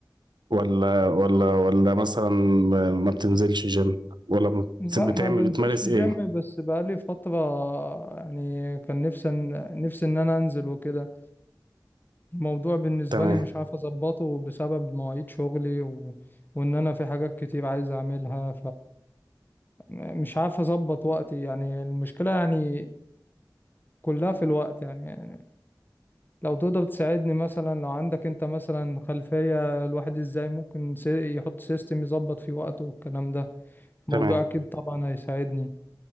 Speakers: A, on the right (about 80°); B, on the left (about 25°).
A: ولا ولا ولا مثلا ما ما بتنزلش جيم ولا بت-
B: لا
A: بتعمل
B: ما بنزلش
A: بتمارس
B: جيم
A: ايه
B: بس بقالي فترة يعني كان نفسي نفسي إن أنا أنزل وكده الموضوع بالنسبة
A: تمام
B: لي مش عارف أظبطه بسبب مواعيد شغلي و... وإن أنا في حاجات كتير عايز أعملها فمش عارف أظبط وقتي يعني المشكلة يعني كلها في الوقت يعني, يعني لو تقدر تساعدني مثلا لو عندك أنت مثلا خلفية الواحد إزاي ممكن سي... يحط سيستم يظبط فيه وقته والكلام ده الموضوع
A: تمام
B: أكيد طبعا هيساعدني